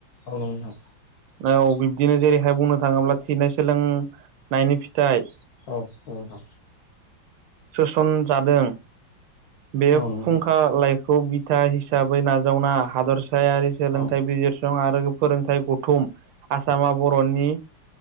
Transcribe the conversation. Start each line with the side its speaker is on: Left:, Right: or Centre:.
Left: औ नोंथां
Right: औ बिब्दिनो जेरैहाय बुंनो थाङोब्ला थिनाय सोलोंनायनि फिथाइ
Left: औ नोंथां
Right: सोसन जादों बे
Left: औ नोंथां
Right: फुंखालायखौ बिथा हिसाबै नाजावना हादरसा यारि सोलोंथाइ
Left: औ
Right: बिजिरसं आरो फोरोंथाइ गौथुम आसामा बर'नि